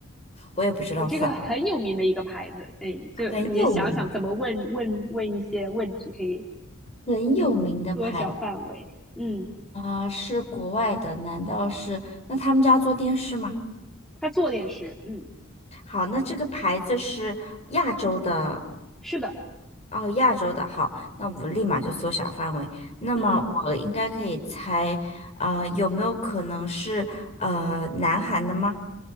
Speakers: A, on the left; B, in the centre.
A: 我也不知道范围，
B: 这个很有名的一个牌子，对，就你想想怎么问问问一些问题，
A: 很有名，
B: 可以
A: 很有名的牌。
B: 缩小范围。嗯，
A: 啊、是国外的，难道是？那他们家做电视吗？
B: 它做电视，嗯，
A: 好，那这个牌子是亚洲的，
B: 是的，
A: 哦，亚洲的。好，那我立马就缩小范围。那么我应该可以猜，
B: 嗯，
A: 呃，有没有可能是呃南韩的吗？